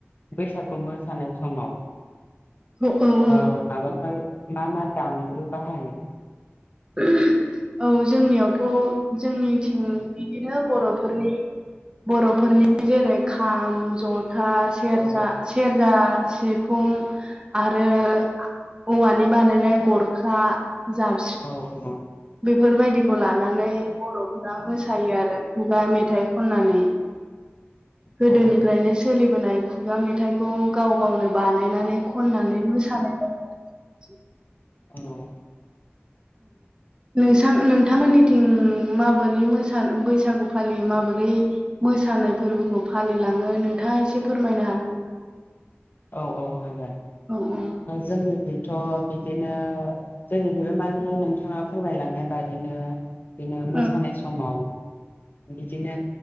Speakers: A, on the left (about 45°); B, on the right (about 20°).
A: बैसागु मोसानाय समाव
B: औ औ
A: ओ माबाफोर मा मा दामजु बाहायो
B: <inaudible> औ जोंनियावथ' जोंनिथिं बिदिनो बर'फोरनि बर'फोरनि जेरै खाम जथा सेरजा
A: औ
B: सेरजा सिफुं आरो औवानि बानायनाय गरखा जाब
A: औ औ
B: बेफोरबायदिखौ लानानै बर'फोरा मोसायो आरो खुगा मेथाइ खननानै गोदोनिफ्रायनो
A: औ
B: सोलिबोनाय खुगा मेथाइखौ गाव गावनो बानायनानै खननानै मोसानाय जायो आरो
A: हेल'
B: नोंसां नोंथांमोननिथिं माबोरै मो बैसागु फालियो माबोरै मोसानाय फोरबोखौ फालिलाङो नोंथाङा एसे फोरमायनो हागोन ना?
A: औ औ हागोन
B: औ औ
A: जोंनिफ्रायथ' बिदिनो जोंनिथिंबो माने नोंथाङा फोरमायलांनाय बादिनो बिनो
B: औ
A: मोसानाय समाव बिदिनो